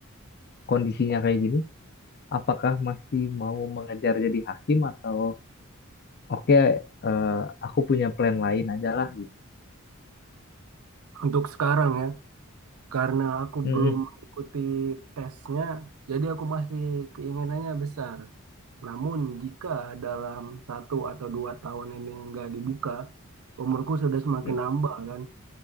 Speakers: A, on the left; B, on the right.
A: kondisinya kayak gini apakah masih mau mengejar jadi hakim atau Oke, eh, aku punya plan lain aja lah gitu.
B: untuk sekarang ya Karena aku
A: Mm-mm.
B: belum mengikuti tesnya, jadi aku masih keinginannya besar. Namun jika dalam satu atau dua tahun ini nggak dibuka, umurku sudah semakin
A: Mm.
B: nambah kan.